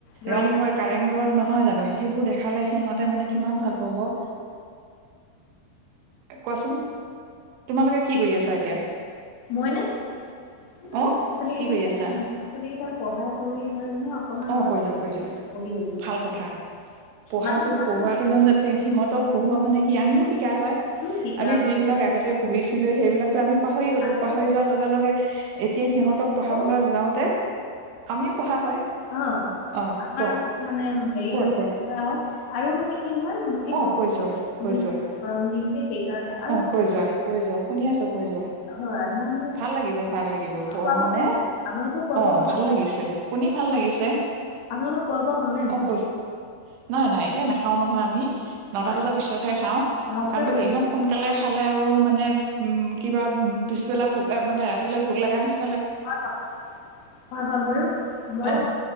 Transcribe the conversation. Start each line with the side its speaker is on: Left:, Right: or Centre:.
Left: জয়দৌল
Right: ৰংঘৰ, কাৰেংঘৰ নহয় জানো, সেইবোৰ দেখালে সিহঁতে মানে কিমান ভাল পাব, এ কোৱাচোন, তোমালোকে কি কৰি আছা এতিয়া?
Left: মইনে উ
Right: অ
Left: ল'ৰা-ছোৱালী
Right: কি
Left: কেইটা
Right: কৰি
Left: পঢ়
Right: আছা
Left: ল'ৰা-ছোৱালী কেইটাাক পঢ়াই কৰি লৈ মানে অকণমান
Right: অ',
Left: গছ
Right: কৈ যোৱা, কৈ যোৱা,
Left: পঢ়ি গৈছোঁ
Right: ভাল
Left: মানে
Right: কথা পঢ়াতো,
Left: মানে মই
Right: পঢ়োৱাাতো
Left: মানে ভাবিছোঁ
Right: ন' যাতে সিহঁতক পঢ়োৱা মানে কি আমিও শিকা হয়,
Left: শিকা
Right: আমি
Left: হয়
Right: যি বিলাক আগতে পঢ়িছিলো, সেইবিলাকো আমি পাহৰি গ'লো,
Left: আনকো
Right: পাহৰি
Left: বুজাই
Right: যোৱাৰ লগে, লগে এতিয়া সিহঁতক,
Left: আকৌ
Right: পঢ়াবলৈ যাওঁতে আমিও পঢ়া হয়।
Left: অ',
Right: অ
Left: আমাৰ
Right: কোৱা
Left: মানে হেৰি
Right: কোৱা
Left: ৰু
Right: কোৱা
Left: কৰা হয় আৰু মানে কি হয় এই
Right: অ,
Left: গৰম
Right: কৈ যোৱা, কৈ
Left: দিন
Right: যোৱা
Left: গৰম দিন যে সেইকাৰণে আৰু
Right: অ, কৈ যোৱা, কৈ যোৱা, শুনি আছো, কৈ যোৱা
Left: হয় মই মানে
Right: ভাল লাগিব, ভাল লাগিব, প
Left: খোৱা বোৱা
Right: মানে
Left: হ'ল নাই আপোনালোকৰ খোৱা
Right: অ,
Left: বোৱা হ'ল
Right: ভাল
Left: নে নাই
Right: লাগিছে, শুনি ভাল লাগিছে।
Left: আপোনালোকৰ খোৱা বোৱা হ'লনে নাই
Right: অ কৈ নাই নাই এতিয়া নেখাওঁ আমি নটা
Left: হয়
Right: বজাৰ পিছতহে খাওঁ
Left: ন বজাৰ
Right: কাৰণ তো
Left: ভিতৰত
Right: ইমান সোনকালে খালে আৰু মানে মানে উম কিবা পিছবেলা ভোক মানে ৰাতিলৈ ভোক লগা নিচি
Left: হয় হয় ম ম
Right: অ